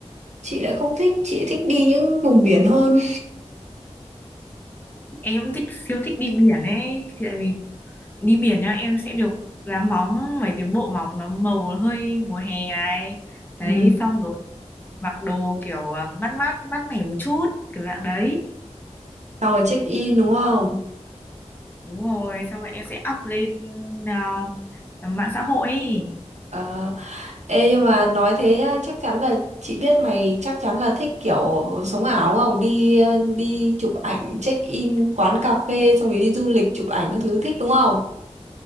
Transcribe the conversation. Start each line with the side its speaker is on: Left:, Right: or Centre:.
Right: chị lại không thích chị thích đi những vùng biển hơn
Left: em cũng thích siêu thích đi biển ấy Thì tại vì đi biển nhá em sẽ được làm móng mấy cái bộ móng nó màu hơi mùa hè này
Right: ừ.
Left: đấy xong rồi mặc đồ kiểu ờ, mát mát mát mẻ một chút kiểu dạng đấy
Right: Xong rồi check in đúng không
Left: Đúng rồi, xong rồi em sẽ up lên à, mạng xã hội ấy.
Right: Ờ, Ê nhưng mà nói thế á, chắc chắn là chị biết mày chắc chắn là thích kiểu sống ảo đúng không? Đi ờ, đi chụp ảnh, check in quán cà phê xong rồi đi du lịch chụp ảnh các thứ thích đúng không?